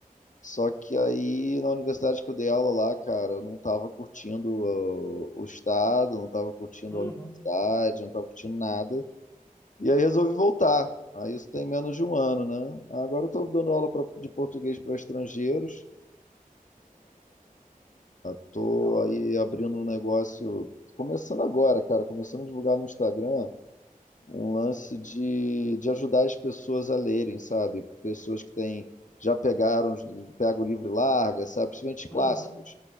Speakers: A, on the left; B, on the left.
A: Só que aí na universidade que eu dei aula lá, cara, eu não estava curtindo uh, o estado, não estava curtindo
B: Uhum.
A: a universidade, não estava curtindo nada. E aí resolvi voltar. Aí isso tem menos de um ano, né? Agora eu estou dando aula pra- de português para estrangeiros. Estou
B: Que da hora.
A: aí abrindo um negócio, começando agora, cara, começando a divulgar no Instagram um lance de, de ajudar as pessoas a lerem, sabe? Pessoas que têm, já pegaram, pega o livro e larga, sabe? Principalmente clássicos.
B: Uhum.